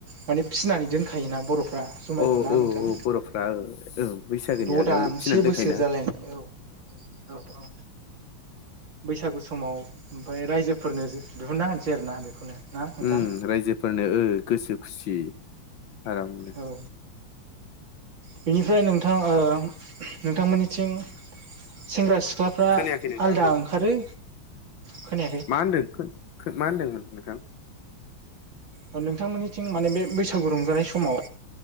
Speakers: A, on the right; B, on the left.
A: माने फिनानै दोनखायोना बर' फ्रा जुमायखौ
B: औ
A: ना
B: औ
A: नोंथां
B: औ बर'फ्रा औ बैसागोनि
A: द'
B: आगोल
A: दान
B: फिनानै
A: से
B: दोनखायोना
A: बोसोर जालायनाय औ औ औ बैसागु समाव ओमफ्राय रायजोफोरनो दिहुनना होनसै आरो ना बेखौनो ना नोंथां
B: उम रायजोफोरनो ओ गोसो खुसि आरामनो
A: औ बेनिफ्राय नोंथां ओ नोंथांमोननिथिं। सेंग्रा सिख्लाफ्रा
B: खोनायाखै नोंथां
A: आलादा
B: र'
A: ओंखारो खोनायाखै
B: मा होनदों मा होनदोंमोन? नोंथां
A: अ' नोंथांमोननिथिं माने बे बैसागु रंजानाय समाव